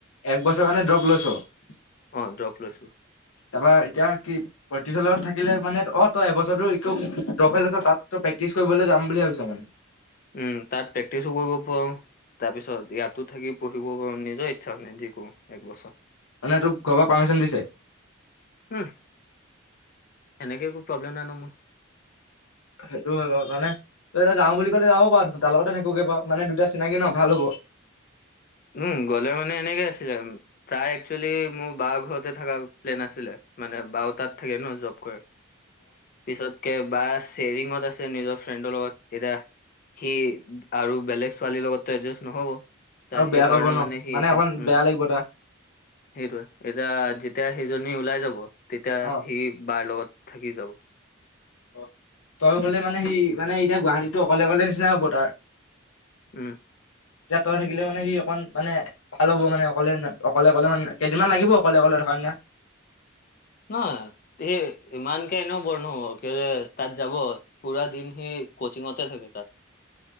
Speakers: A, on the left; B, on the left.
A: একবছৰ কাৰণে ড্ৰপ লৈছ তাৰপৰা
B: অ ড্ৰপ লৈছো
A: এতিয়া কি। লগত থাকিলে মানে অ' তই এবছৰো একো ড্ৰপ আছ তাত তই প্ৰেক্টিচ কৰিবলৈ যাম বুলি ভাবিছো মানে।
B: উম তাত প্ৰেক্টিচো কৰিব পাৰো। তাৰপিছত ইয়াতো থাকি পঢ়িব নিজৰ ইচ্ছা মানে যি কৰো এক বছৰ।
A: মানে তোক ঘৰৰ পৰা পাৰ্মিশ্যন দিছে।
B: উম এনেকে একো প্ৰব্লেম নাই ন' মোৰ।
A: সেইটো কাৰনে <unintelligible> তই এতিয়া যাওঁ বুলি ক'লে যাব পৰ তাৰ লগতে থাকিবগে পাৰো মানে দুটা চিনাকি ন' ভাল হব।
B: উম গ'লে মানে এনেকে আছিলে তাই একচুৱেলি মোৰ বাৰ ঘৰতে থকা প্লেন আছিলে। মানে বাও তাত থাকে ন' জব কৰে পিছত। বা শ্বেয়াৰিঙত আছে নিজৰ ফ্ৰেণ্ডৰ লগত এতিয়া। সি আৰু বেলেগ ছোৱালীৰ লগতো এডজাষ্ট নহ'ব। তাই
A: আৰু বেয়া
B: সেই কাৰণে
A: পাব
B: মানেহি
A: ন মানে
B: সি এতিয়া
A: অকমান
B: উম।
A: বেয়া লাগিব তাৰ
B: সেইটোয়ে, এতিয়া যেতিয়া সেইজনী ওলাই যাব। তেতিয়া
A: অ
B: সি বাৰ লগত থাকি যাব।
A: অ', তই নগলে মানে সি মানে এতিয়া গুৱাহাটীতো অকলে অকলে নিচিনা হব তাৰ।
B: উম।
A: ইয়াত ত‌ই থাকিলে মানে সি অকণ মানে ভাল হ'ব মানে অকলে অকলে অকলে মানে কেইদিনমান লাগিব অকলে অকলে। <unintelligible>
B: নহয়, সি ইমানকে এনেও বোৰ নহব কিয় যে তাত যাব পুৰা দিন সি। কচিংতে থাকে তাত।